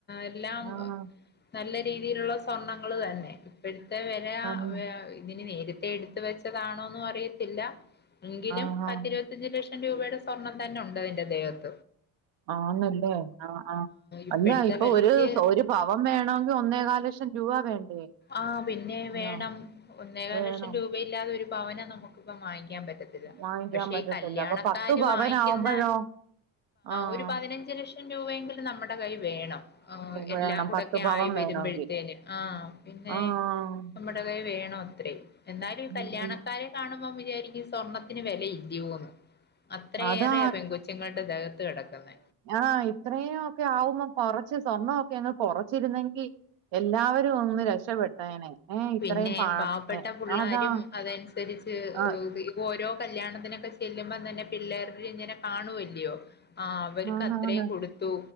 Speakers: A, on the left; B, on the right.
A: എല്ലാം
B: ആഹ്
A: നല്ല രീതിയിലുള്ള സ്വർണ്ണങ്ങള് തന്നെ ഇപ്പോഴത്തെ വെല
B: തന്നെ
A: ഇതിന് നേര ത്തെ എടുത്തു വെച്ചതാണോന്നും അറിയത്തില്ല എങ്കിലും
B: ആഹ്
A: പത്തിരുപത്തിയഞ്ച്
B: ആഹ്
A: ലക്ഷം രൂപയുടെ സ്വർണം തന്നെ ഉണ്ട് അതിന്റെ ദേഹത്ത്
B: ആന്നല്ലേ ആ ആഹ്
A: ഇപ്പോഴത്തെ
B: അല്ല ഇപ്പൊ
A: വിലക്ക്
B: ഒരു ഒരു പവൻ വേണോങ്കി ഒന്നേകാല് ലക്ഷം രൂപ വേണ്ടേ
A: ആ പിന്നെ വേണം
B: ആഹ്
A: ഒന്നേകാല്
B: വേണം
A: ലക്ഷം രൂപയില്ലാതെ ഒരു പവന് നമുക്കിപ്പം വാങ്ങിക്കാൻ പറ്റത്തി
B: വാങ്ങിക്കാൻ
A: പക്ഷേ
B: പറ്റത്തില്ല
A: ഈ കല്യാണക്കാര്
B: അപ്പൊ പത്ത് പവൻ
A: വാങ്ങിക്കുന്ന
B: ആവുമ്പോഴോ ആഹ്
A: ഒരു പതിനഞ്ച് ലക്ഷം രൂപയെങ്കിലും നമ്മുടെ കൈ വേണം എല്ലാം
B: വേണം
A: കൂടെയൊക്കെ
B: പത്ത് പവൻ
A: ആയി വരുമ്പോഴത്തേന്
B: വേണമെങ്കിൽ
A: ആഹ് ന്നെ
B: ആഹ്
A: നമ്മടെ കയ് വേണം അത്രയും എന്നാലും
B: ഉം
A: കല്യാണ
B: ഉം
A: കാ രെ കാണുമ്പോ വിചാരിക്കും സ്വർണത്തിന് വില ഇല്ലയൊന്ന് അത്രയേറെയ
B: അതാ
A: പെൺകൊച്ചുങ്ങളുടെ ദേഹത്ത് കെടക്കുന്ന
B: ആഹ് ഇത്രയും ഒക്കെ ആവുമ്പോ കൊറച്ച് സ്വർണ്ണൊക്കെ അങ്ങ് കൊറച്ചിരുന്നെങ്കി എല്ലാവരും ഒന്ന് രക്ഷപ്പെട്ടേനെ ഏ ഇത്രയും
A: പിന്നെ
B: പ
A: പാവപ്പെട്ട പുള്ളാരും
B: അതാ
A: അതനുസരിച്ച്
B: ആ
A: ഓരോ കല്യാണത്തിനൊക്കെ ചെല്ലുമ്പ തന്നെ പിള്ളേർ ഇങ്ങനെ കാണുവല്ലയോ ആഹ് അവർക്ക്
B: ആന്ന്
A: അത്രയും
B: ആന്ന്
A: കൊടുത്തു